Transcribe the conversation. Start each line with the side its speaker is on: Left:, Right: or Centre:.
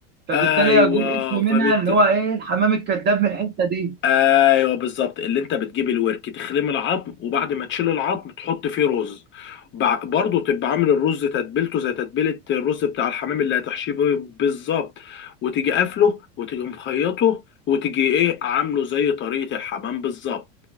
Right: فبالتالي
Left: ايوه
Right: هجيب اسم
Left: فبت
Right: منها اللي هو ايه الحمام الكذاب من الحته دي
Left: ايوه بالظبط اللي انت بتجيب الورك تخلم العظم وبعد ما تشيل العظم تحط فيه رز بع- برضه تبقى عامل الرز تتبيلته زي تتبيله الرز بتاع الحمام اللي هتحشيه بيه بالظبط وتيجي قافله وتيجي مخيطه وتيجي ايه عامله زي طريقه الحمام بالظبط